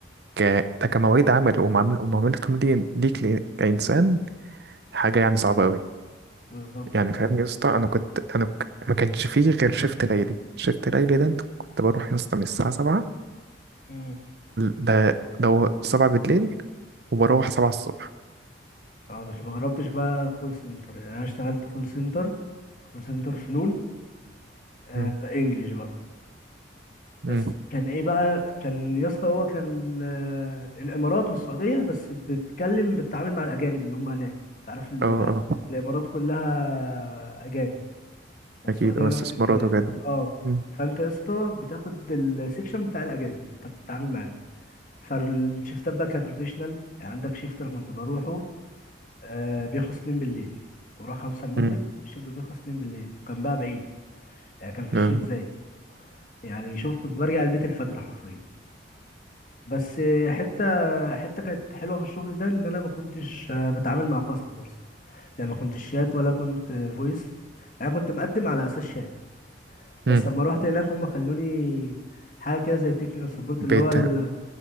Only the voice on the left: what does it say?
بالظبط
يعني
امم
اه ده انت ما جربتش بقى كول سنتر يعني انا اشتغلت كول سنتر كول سنتر فنون آه
انجلش بقى
بس كان ايه بقى كان يا اسطى هو كان آه الامارات والسعوديه بس بتتكلم بتتعامل مع الاجانب اللي هم هناك انت عارف ال-
الامارات كلها اجانب والسعودية
نفس
الكلام
اه
فانت يا اسطى بتاخد السكشن بتاع الاجانب انت بتتعامل معاهم فالشيفتات بقى كانت روتيشنال يعني عندك شيفت انا كنت بروحه آه بيخلص 2 بالليل كنت بروح 5 المغرب
الشيفت بيخلص 2 بالليل كان بقى بعيد يعني كان في
الشيخ زايد يعني شوف كنت برجع البيت الفجر حرفيا بس آه، حته حته كانت حلوه في الشغل ده ان انا ما كنتش آه، بتعامل مع كاستمرز يعني ما كنتش شات ولا كنت فويس يعني كنت مقدم على اساس شات بس
لما رحت هناك هم خلوني حاجه كده زي تكنيكال سبورت
اللي هو ال...